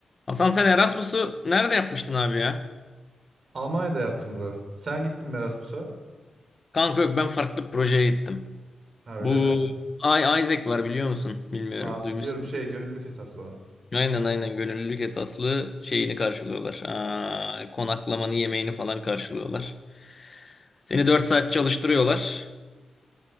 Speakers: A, on the left; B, on the right.
A: Hasan sen Erasmus'u nerede yapmıştın abi ya?
B: Almanya'da yaptım bro. Sen gittin mi Erasmus'a.
A: Kanka yok ben farklı bir projeye gittim.
B: Ha öyle
A: Bu
B: mi?
A: Ay Isaac var biliyor musun? Bilmiyorum.
B: Aa,
A: Duymuşsunuz.
B: biliyorum şey gönüllülük esaslı olan.
A: Aynen aynen gönüllülük esaslı şeyini karşılıyorlar. Aa, konaklamanı yemeğini falan karşılıyorlar. Seni 4 saat çalıştırıyorlar.